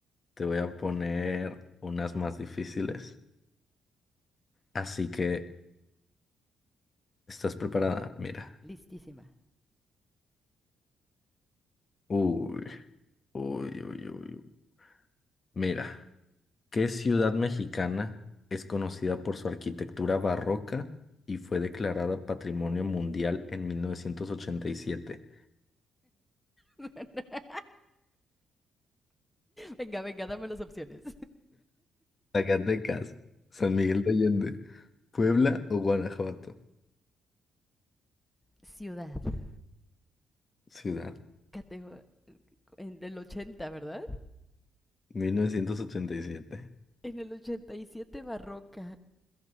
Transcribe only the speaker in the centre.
Listísima.
<laughs> venga, venga, dame las opciones.
<laughs> Ciudad.
Categoría. En el 80, ¿verdad?
En el ochenta y siete barroca.